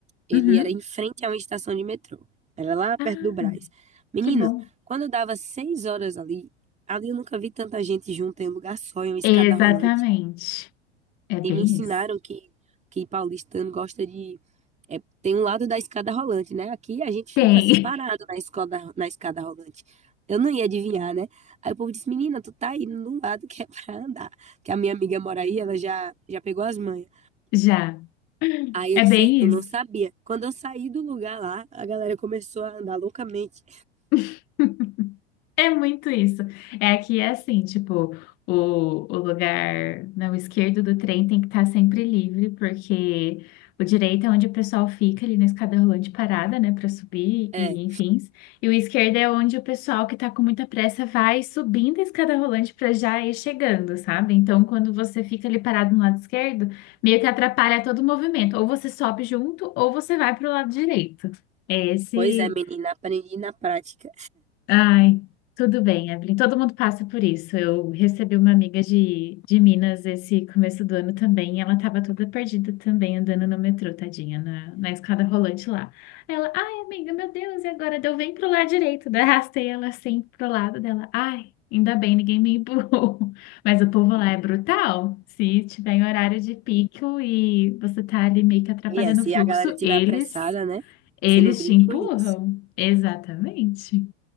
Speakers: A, on the right (about 20°); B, on the left (about 30°).
A: ele
B: Uhum.
A: era em frente a uma estação de metrô. Era lá
B: Ah,
A: perto do Brás. Menino,
B: que bom.
A: quando dava seis horas ali, ali eu nunca vi tanta gente junta em um lugar só, em uma escada
B: Exatamente.
A: rolante.
B: É bem
A: E me ensinaram
B: isso.
A: que, que paulistano gosta de. é, tem um lado da escada rolante, né? Aqui a gente
B: Tem,
A: fica parado na escola, na escada rolante. Eu não ia adivinhar, né? Aí o povo disse: Menina, tu tá indo num lado que é <laughs> pra andar. Que a minha amiga mora aí, ela já, já pegou as manhas.
B: <laughs> já.
A: Aí eu
B: É
A: disse:
B: bem
A: Eita, eu
B: isso.
A: não sabia. Quando eu saí do lugar lá, a galera começou a andar loucamente.
B: <laughs> É muito isso. É que é assim, tipo, o, o lugar não esquerdo do trem tem que estar sempre livre, porque o direito é onde o pessoal fica ali na escada rolante parada, né, para subir
A: É,
B: e enfim. E o esquerdo é onde o pessoal que tá com muita pressa vai subindo a escada rolante para já ir chegando, sabe? Então, quando você fica ali parado no lado esquerdo, meio que atrapalha todo o movimento. Ou você sobe junto, ou você vai para o lado direito. É esse
A: pois é, menina, aprendi na prática.
B: Ai, tudo bem, Evelyn. Todo mundo passa por isso. Eu recebi uma amiga de, de Minas esse começo do ano também. e ela estava toda perdida também, andando no metrô, tadinha, na, na escada rolante lá. Aí Ela, ai, amiga, meu Deus, e agora? Deu bem pro lado direito. Daí arrastei ela assim pro lado dela. Ai, ainda bem, ninguém me empurrou. <laughs> Mas o povo lá é brutal. Se tiver em horário de pico e você tá ali meio que atrapalhando
A: E é, se
B: o fluxo,
A: a galera tiver
B: eles,
A: apressada, né?
B: eles
A: Você não brinca
B: te empurram.
A: com isso,
B: Exatamente.